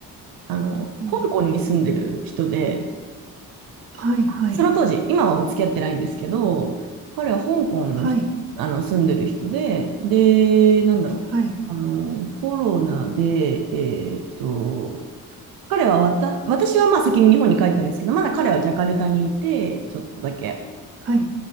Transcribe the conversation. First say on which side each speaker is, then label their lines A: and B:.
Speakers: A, on the right; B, on the right.
A: あの、
B: うん。
A: 香港に住んでる人で、
B: はい、はい。
A: その当時、今はもう付き合ってないんですけど、彼は香港の人、
B: はい、
A: あの、住んでる人で、で、なんだろう、
B: はい、
A: あの、コロナで、えーっと、彼はわた、私はまあ先に日本に帰ったんですけど、まだ彼はジャカルタにいて、ちょっとだけ。
B: はい。